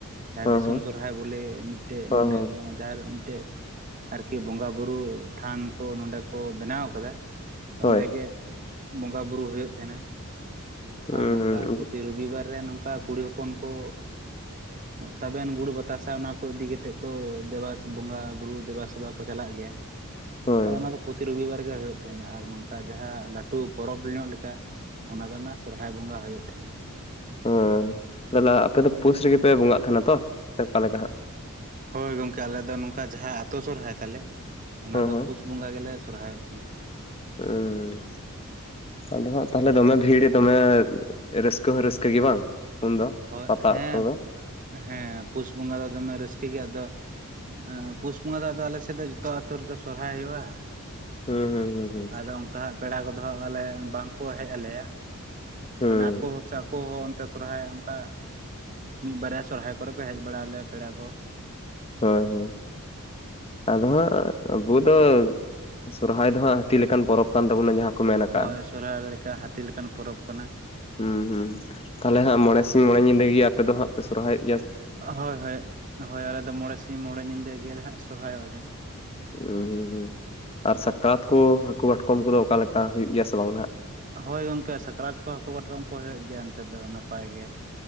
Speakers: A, on the right (about 35°); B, on the left (about 25°).
A: ᱡᱟᱦᱟᱸ
B: ᱦᱮᱸ
A: ᱫᱤᱥᱚᱢ ᱥᱚᱨᱦᱟᱭ ᱵᱚᱞᱮ ᱢᱤᱫᱴᱮᱡ
B: ᱦᱮᱸ
A: ᱱᱚᱱᱮᱼᱼ
B: ᱦᱮᱸ
A: ᱡᱟᱨ ᱢᱤᱫᱴᱮᱡ ᱟᱨᱠᱤ ᱵᱚᱸᱜᱟ ᱵᱩᱨᱩ ᱛᱷᱟᱱ ᱠᱚ ᱱᱚᱸᱰᱮ ᱠᱚ ᱵᱮᱱᱟᱣ ᱠᱟᱫᱟ᱾
B: ᱦᱳᱭ
A: ᱚᱸᱰᱮ ᱜᱮ ᱵᱚᱸᱜᱟ ᱵᱩᱨᱩ ᱦᱩᱭᱩᱜ ᱛᱟᱦᱮᱱᱟ᱾
B: ᱦᱩᱸ
A: ᱟᱨ ᱱᱚᱝᱠᱟ
B: ᱦᱩᱸ
A: ᱯᱨᱚᱛᱤ ᱨᱚᱵᱤᱵᱟᱨ ᱨᱮ ᱱᱚᱝᱠᱟ ᱠᱩᱲᱤ ᱦᱚᱯᱚᱱ ᱠᱩᱼᱼ ᱛᱟᱵᱮᱱ ᱜᱩᱲ ᱵᱟᱛᱟᱥᱟ ᱚᱱᱟ ᱠᱚ ᱤᱫᱤ ᱠᱟᱛᱮᱫ ᱠᱩ ᱫᱮᱵᱟ ᱵᱚᱸᱜᱟ ᱵᱨ ᱫᱮᱵᱟ ᱥᱮᱵᱟ ᱠᱚᱼᱼ ᱠᱚ ᱪᱟᱞᱟᱜ ᱜᱮᱭᱟ᱾
B: ᱦᱳᱭ
A: ᱟᱫᱚ ᱚᱱᱟ ᱫᱚ ᱯᱚᱛᱤ ᱨᱚᱵᱤᱵᱟᱨ ᱜᱮ ᱦᱳᱭᱳᱜ ᱛᱟᱦᱮᱱᱟ ᱟᱨ ᱱᱚᱝᱠᱟ ᱡᱟᱦᱟᱸ ᱞᱟᱹᱴᱩ ᱯᱚᱨᱚᱵᱽ ᱧᱚᱜ ᱞᱮᱠᱟ᱾ ᱚᱱᱟ ᱫᱚ ᱚᱱᱟ ᱥᱚᱦᱨᱟᱭ ᱵᱚᱸᱜᱟ ᱦᱳᱭᱳᱜ ᱛᱟᱦᱮᱸᱱᱟ᱾
B: ᱦᱳᱭ ᱫᱟᱫᱟ ᱟᱯᱮ ᱫᱚ ᱯᱩᱥ ᱨᱮᱜᱮ ᱯᱮ ᱵᱚᱸᱜᱟᱜ ᱛᱟᱦᱮᱱᱟ ᱛᱚ ᱥᱮ ᱚᱠᱟ ᱞᱮᱠᱟ ᱦᱟᱸᱜ?
A: ᱦᱳᱭ ᱜᱚᱝᱠᱮ ᱟᱞᱮ ᱫᱚ ᱱᱚᱝᱠᱟ ᱡᱟᱦᱟᱸ ᱟᱛᱳ ᱥᱚᱦᱨᱟᱭ ᱛᱟᱞᱮ ᱚᱱᱟ
B: ᱦᱮᱸ
A: ᱫᱚ
B: ᱦᱮᱸ
A: ᱯᱩᱥ ᱵᱚᱸᱜᱟ ᱜᱮᱞᱮ ᱥᱚᱦᱨᱟᱭ ᱚᱜ ᱛᱟᱦᱮᱸᱱᱟ᱾
B: ᱦᱩᱸᱻ ᱟᱫᱚ ᱦᱟᱸᱜ ᱛᱟᱦᱞᱮ ᱫᱚᱢᱮ ᱵᱷᱤᱲ ᱫᱚᱢᱮ ᱨᱟᱹᱥᱠᱟᱹ ᱦᱚᱸ ᱨᱟᱹᱥᱠᱟᱹ ᱜᱮ ᱵᱟᱝ? ᱩᱱᱫᱚ
A: ᱦᱳᱭ
B: ᱯᱟᱛᱟ
A: ᱦᱮᱸ
B: ᱚᱠᱛᱚ ᱫᱚ
A: ᱦᱮᱸ ᱯᱩᱥ ᱵᱚᱸᱜᱟ ᱫᱚ ᱫᱚᱢᱮ ᱨᱟᱹᱥᱠᱟᱹ ᱜᱮ ᱟᱫᱚᱼᱼ ᱮᱸ ᱯᱩᱥ ᱵᱚᱸᱜᱟ ᱫᱚ ᱟᱫᱚ ᱟᱞᱮᱥᱮᱫ ᱫᱚ ᱡᱚᱛᱚ ᱟᱛᱳ ᱨᱮᱫᱚ ᱥᱚᱦᱨᱟᱭ ᱦᱩᱭᱩᱜᱼᱟ᱾
B: ᱦᱩᱸ ᱦᱩᱸ ᱦᱩᱸ ᱦᱩᱸ
A: ᱟᱫᱚ ᱚᱱᱠᱟ ᱦᱟᱸᱜ ᱯᱮᱲᱟ ᱠᱚᱫᱚ ᱦᱟᱸᱜ ᱟᱞᱮ ᱵᱟᱝᱠᱚ ᱦᱮᱡ ᱟᱞᱮᱭᱟ
B: ᱦᱩᱸ
A: ᱢᱟᱱᱮ ᱟᱠᱚ ᱥᱮ ᱟᱠᱚ ᱦᱚᱸᱼᱼ ᱛᱮ ᱥᱚᱦᱨᱟᱭ ᱚᱱᱠᱟ, ᱢᱤᱫ ᱵᱟᱨᱭᱟ ᱥᱚᱦᱨᱟᱭ ᱠᱚᱨᱮ ᱠᱚ ᱦᱮᱡ ᱵᱟᱲᱟ ᱟᱞᱮᱭᱟ ᱯᱮᱲᱟ ᱠᱚ᱾
B: ᱦᱳᱭ ᱦᱳᱭ᱾ ᱟᱫᱚ ᱦᱟᱸᱜ ᱟᱵᱩ ᱫᱚ ᱥᱚᱦᱨᱟᱭ ᱫᱚ ᱦᱟᱸᱜ ᱦᱟᱹᱛᱤ ᱞᱮᱠᱟᱱ ᱯᱚᱨᱚᱵᱽ, ᱠᱟᱱ ᱛᱟᱵᱚᱱᱟ ᱡᱟᱦᱟᱸ ᱠᱚ ᱢᱮᱱ, ᱟᱠᱟᱜᱼᱟ
A: ᱦᱳᱭ ᱥᱚᱦᱨᱟᱭ ᱞᱮᱠᱟ ᱦᱟᱹᱛᱤ ᱞᱮᱠᱟᱱ ᱯᱚᱨᱚᱵᱽ ᱠᱟᱱᱟ᱾
B: ᱦᱩᱸ ᱦᱩᱸ, ᱛᱟᱦᱚᱞᱮ ᱦᱟᱸᱜ ᱢᱚᱬᱮ ᱥᱤᱧ ᱢᱚᱬ ᱧᱤᱫᱟᱹ ᱜᱤ ᱟᱯᱮ ᱫᱚ ᱦᱟᱸᱜ ᱯᱮ ᱥᱚᱦᱨᱟᱭᱚᱜ,
A: ᱦᱳᱭ ᱦᱳᱭ ᱦᱳᱭ ᱟᱞᱮ ᱫᱚ ᱢᱚᱬᱮ ᱥᱤᱧ ᱢᱚᱬᱮ ᱧᱤᱫᱟᱹ ᱜᱮᱞᱮ ᱦᱟᱸᱜ ᱥᱚᱦᱨᱟᱭᱚᱜ ᱟᱞᱮ᱾
B: ᱦᱩᱸ ᱦᱩᱸ ᱦᱩᱸ ᱟᱨ ᱥᱟᱠᱨᱟᱛ ᱠᱩ ᱦᱟᱹᱠᱩ ᱠᱟᱴᱠᱚᱢ ᱠᱚᱫᱚ ᱚᱠᱟᱞᱮᱠᱟ ᱦᱩᱭᱩᱜ ᱜᱮᱭᱟ ᱥᱮ ᱵᱟᱝ ᱦᱟᱸᱜ?
A: ᱦᱳᱭ ᱜᱚᱝᱠᱮ ᱥᱟᱠᱨᱟᱛ ᱠᱚ ᱦᱟᱹᱠᱩ ᱠᱟᱴᱠᱚᱢ ᱠᱚ ᱦᱳᱭᱳᱜ ᱜᱮᱭᱟ ᱚᱱᱛᱮ ᱫᱚ ᱱᱟᱯᱟᱭ ᱜᱮ᱾